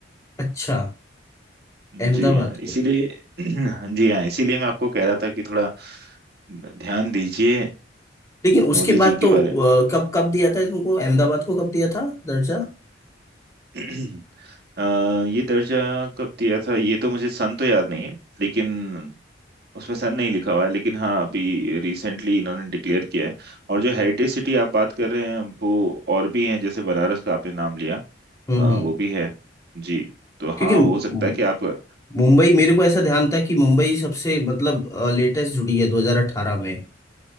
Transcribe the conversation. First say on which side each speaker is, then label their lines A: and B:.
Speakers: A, on the left (about 20°); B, on the right (about 55°).
A: अच्छा
B: जी
A: अहमदाबाद
B: हाँ
A: को
B: इसीलिए <clears throat> जी हाँ इसीलिए मैं आपको कह रहा था कि थोड़ा ध्यान दीजिए
A: लेकिन उसके
B: मोदी
A: बाद
B: जी के
A: तो
B: बारे
A: अ, कब कब दिया था तुमको अहमदाबाद को कब दिया था दर्जा
B: <clears throat> अ, ये दर्जा कब दिया था ये तो मुझे सन तो याद नहीं है लेकिन उसमें सन नहीं लिखा हुआ है लेकिन हाँ अभी रिसेंटली इन्होंने डिक्लेयर किया है और जो हेरिटेज सिटी आप बात कर रहे हैं वो और भी हैं जैसे बनारस का आपने नाम लिया
A: हम्म
B: अ,
A: हम्म
B: वो भी है जी तो हाँ
A: क्योंकि मु-
B: हो सकता है कि आप हम्म
A: मुंबई मेरे को ऐसा ध्यान था कि मुंबई सबसे मतलब लेटेस्ट जुड़ी है 2018 में